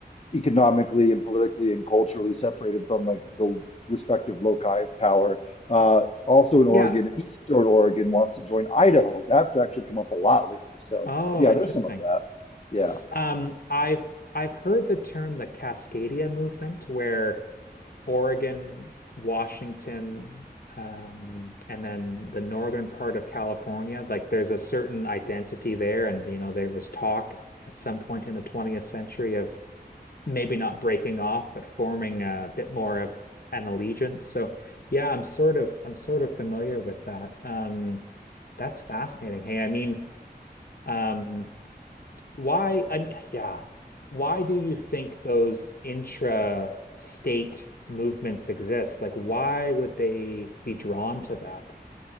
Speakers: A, on the left; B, on the left.
A: economically and politically and culturally separated from like the respective loci of power. Uh, also in Oregon,
B: Yeah.
A: Eastern Oregon wants to join Idaho. That's actually come up a lot lately. So
B: Oh,
A: yeah,
B: interesting.
A: there's some of that. Yeah.
B: S- Um, I've I've heard the term the Cascadia movement, where Oregon, Washington, um, and then the northern part of California. Like there's a certain identity there, and you know there was talk at some point in the 20th century of maybe not breaking off, but forming a bit more of an allegiance. So yeah, I'm sort of I'm sort of familiar with that. Um, that's fascinating. Hey, I mean, um, why, I mean, yeah. Why do you think those intra-state movements exist? Like, why would they be drawn to that?